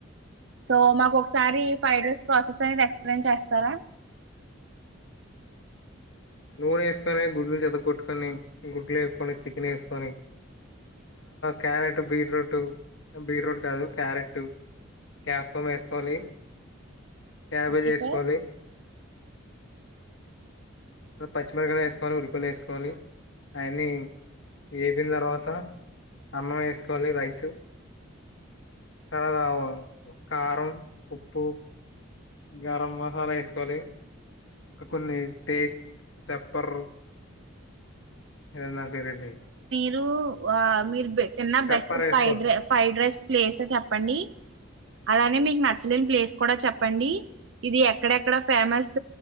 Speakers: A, on the right (about 60°); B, on the left (about 65°).
A: సో మాకు ఒకసారి ఫైవ్ డేస్ ప్రాసెస్ అనేది ఎక్స్ప్లెయిన్ చేస్తారా
B: నూనె వేసుకొని గుడ్లు చెత కొొట్టుకొని గుడ్లు వేప్పుకొని చికెన్ వేసుకొని క్యారెట్ బీట్రూట్ బీట్రూట్ కాదు క్యారెట్ క్యాబ్ ఫమ్ వేసుకోవాలి క్యాబేజ్
A: ఓకే
B: వేసుకొని
A: సార్
B: పచ్చిమిరకాయ వేసుకోవాలి ఉడిపియలి వేసుకోవాలి అయన్ని వేపిన తర్వాత అన్నం వేసుకోవాలి రైసు తర్వా కారం ఉప్పు గరం మసాలా వేసుకోవాలి కొన్ని టేస్ట్ చెప్పర్ ఎల్ల అండి రెడీ
A: నువ్వు వా మిర్బె తిన్న
B: పెప్పర్
A: బెస్ట్
B: వేసుకోవాలి
A: ఫ్రైడ్ రై ఫ్రైడ్ రైస్ ప్లేస్ చెప్పండి అలానే మీకి నచ్చలేని ప్లేస్ కూడా చెప్పండి ఇది ఎక్కడెక్కడ ఫేమస్